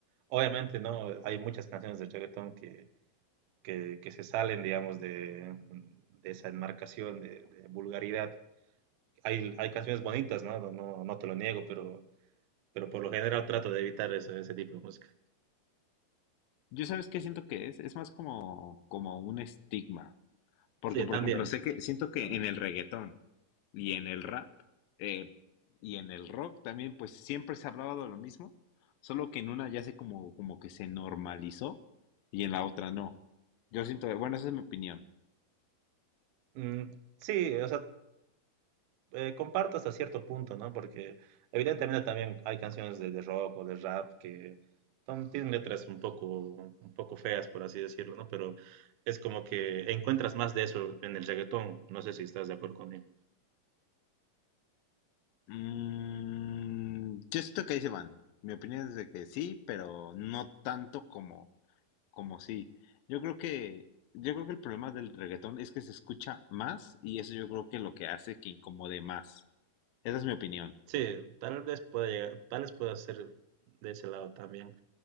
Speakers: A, on the right; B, on the left.
A: Obviamente, ¿no? Hay muchas canciones de reggaetón que, que, que se salen, digamos, de, de esa enmarcación de, de vulgaridad. Hay, hay canciones bonitas, ¿no? No, no- no te lo niego, pero, pero por lo general trato de evitar ese, ese tipo de música.
B: Yo sabes qué siento que es, es más como, como un estigma. Porque,
A: Sí,
B: por
A: también.
B: ejemplo, sé que siento que
A: también.
B: en el reggaetón y en el rap eh, y en el rock también, pues siempre se ha hablado de lo mismo, solo que en una ya se como, como que se normalizó y en la otra no. Yo siento, bueno, esa es mi opinión.
A: Mm, sí, o sea, eh, comparto hasta cierto punto, ¿no? Porque evidentemente también hay canciones de, de rock o de rap que son- tienen letras un poco, un poco feas, por así decirlo, ¿no? Pero es como que encuentras más de eso en el reggaetón. No sé si estás de acuerdo conmigo.
B: Mm, yo siento que ahí se van. Mi opinión es de que sí, pero no tanto como, como sí. Yo creo que, yo creo que el problema del reggaetón es que se escucha más y eso yo creo que lo que hace que incomode más. Esa es mi opinión.
A: Sí, tal vez pueda llegar, tal vez pueda ser de ese lado también.